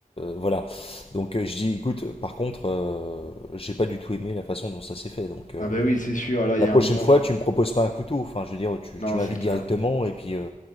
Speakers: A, on the left (about 40°); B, on the left (about 65°).
A: voilà. Donc euh, je dis, écoute, par contre, euh, j'ai pas du tout aimé la façon dont ça s'est fait. Donc
B: Ah
A: euh,
B: bah oui, c'est sûr, là, il
A: la
B: y a
A: prochaine
B: un moment.
A: fois,
B: f-
A: tu me proposes pas un couteau. Enfin, je veux dire, tu,
B: Non,
A: tu m'invites
B: c'est clair.
A: directement et puis euh,